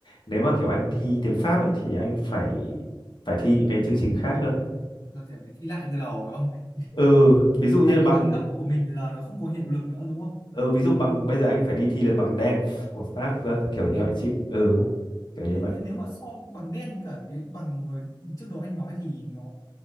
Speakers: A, on the left; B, on the left.
A: nếu mà kiểu anh thi tiếng Pháp ấy thì anh phải phải thi những cái chương trình khác
B: thì
A: cơ
B: giờ thì phải thi lại từ đầu phải không anh?
A: ừ ví dụ
B: <laughs>
A: như
B: là cái
A: bằng
B: bằng cấp của mình giờ nó không có hiệu lực nữa đúng không?
A: ừ ví dụ bằng bây giờ anh phải đi thi là bằng đen của Pháp cơ kiểu như
B: đen
A: vậy chứ ừ kiểu như
B: thế
A: vậy
B: nên nếu mà so bằng đen với cả cái bằng vừa trước đó anh nói thì nó